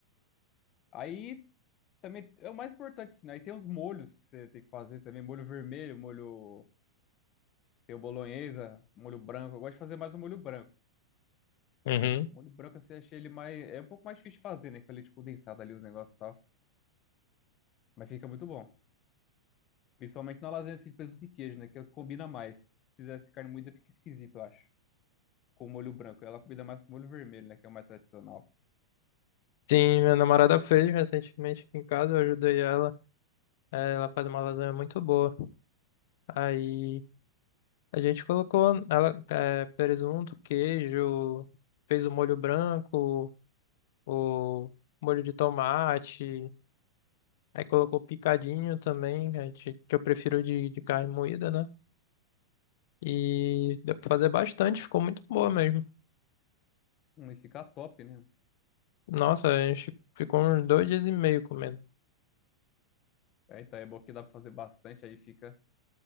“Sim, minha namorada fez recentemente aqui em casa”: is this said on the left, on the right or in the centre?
Left